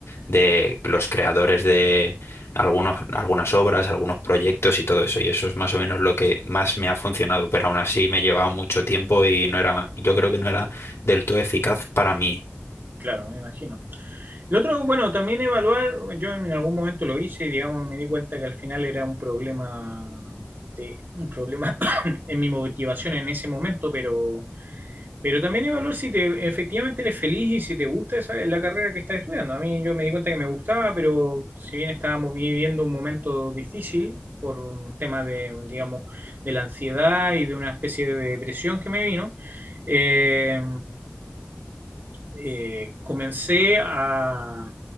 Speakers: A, on the left; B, on the right.
A: de los creadores de algunos, algunas obras, algunos proyectos y todo eso. Y eso es más o menos lo que más me ha funcionado, pero aún así me llevaba mucho tiempo y no era, yo creo que no era del todo eficaz para mí.
B: claro, me imagino. El otro, bueno, también evaluar, yo en algún momento lo hice y digamos me di cuenta que al final era un problema de, un problema <coughs> en mi motivación en ese momento, pero Pero también evaluar si te, efectivamente eres feliz y si te gusta esa, la carrera que estás estudiando. A mí yo me di cuenta que me gustaba, pero si bien estábamos viviendo un momento difícil por un tema de, digamos, de la ansiedad y de una especie de depresión que me vino, eh, eh, comencé a,